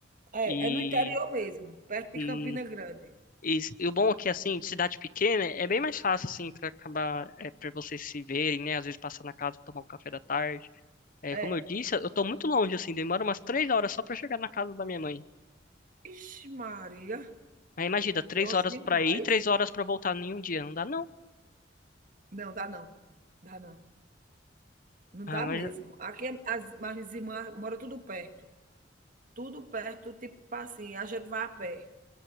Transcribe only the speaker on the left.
E,
e,
e, s- e o bom é que, assim, de cidade pequena, é bem mais fácil, assim, para acabar, é, para vocês se verem, né? Às vezes passar na casa, tomar um café da tarde. É,
como eu disse, eu tô muito longe, assim, demora umas três horas só para chegar na casa da minha mãe.
Aí imagina, três
horas
para ir, três horas para voltar em um dia. Não dá, não.
Ah,
mas,